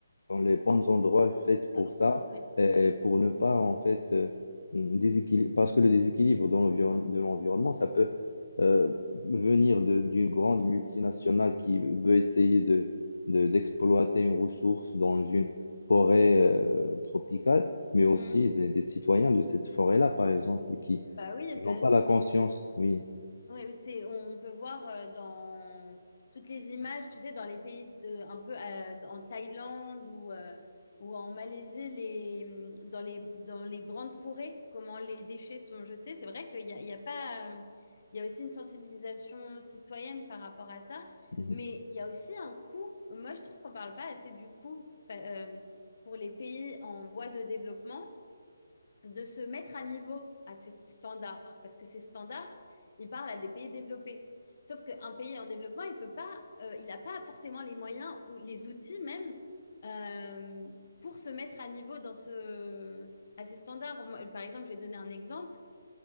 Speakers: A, on the left; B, on the left.
A: dans les bons endroits faits
B: Dans
A: pour
B: les
A: ça,
B: bonnes, oui.
A: euh, pour ne pas en fait euh, déséquil- parce que le déséquilibre dans l'environ- de l'environnement, ça peut euh, venir de- d'une grande multinationale qui veut essayer de, de- d'exploiter une ressource dans une forêt euh, tropicale, mais aussi
B: Hmm.
A: des, des citoyens de cette forêt-là, par exemple, qui
B: Bah oui,
A: qui n'ont
B: bah,
A: pas la conscience,
B: c'est,
A: oui.
B: ouais, c'est, on peut voir euh, dans toutes les images, tu sais, dans les pays de- un peu euh, en Thaïlande ou, euh, ou en Malaisie, les, mmh, dans les, dans les grandes forêts, comment les déchets sont jetés. C'est vrai qu'il y a, il y a pas, euh, il y a aussi une sensibilisation citoyenne par rapport à ça,
A: Mhm.
B: mais il y a aussi un coût. Moi, je trouve qu'on parle pas assez du coût pa- euh, pour les pays en voie de développement. de se mettre à niveau à ces standards, parce que ces standards, ils parlent à des pays développés. Sauf qu'un pays en développement, il peut pas, euh, il n'a pas forcément les moyens ou les outils même euh, pour se mettre à niveau dans ce, à ces standards. Moi, par exemple, je vais donner un exemple,